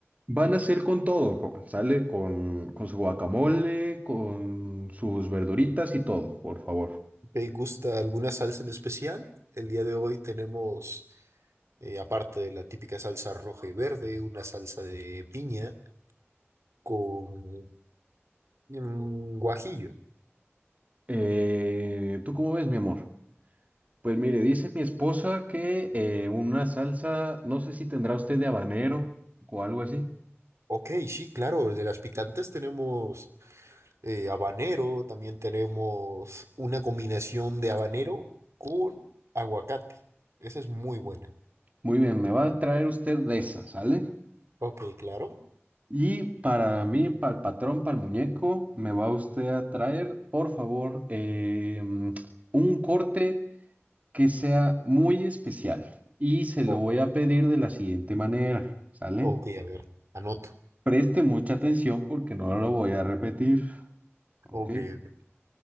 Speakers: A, on the right; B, on the right.
A: Van a ser con todo, joven. Sale con, con su guacamole, con sus verduritas y todo, por favor.
B: ¿Te gusta alguna salsa en especial? El día de hoy tenemos, eh, aparte de la típica salsa roja y verde, una salsa de piña con mm, guajillo.
A: Eh, ¿tú cómo ves, mi amor? Pues mire, dice mi esposa que eh, una salsa, no sé si tendrá usted de habanero o algo así.
B: Ok, sí, claro, de las picantes tenemos eh, habanero, también tenemos una combinación de habanero con aguacate. Esa es muy buena.
A: Muy bien, me va a traer usted de esa, ¿sale?
B: Ok, claro.
A: Y para mí, para el patrón, para el muñeco, me va usted a traer, por favor, eh, mm, un corte que sea muy especial. Y se lo voy
B: Sí.
A: a pedir de la siguiente manera, ¿sale?
B: Ok, a ver, anoto.
A: Preste mucha atención porque no lo voy a repetir, ¿ok?
B: Ok, ok.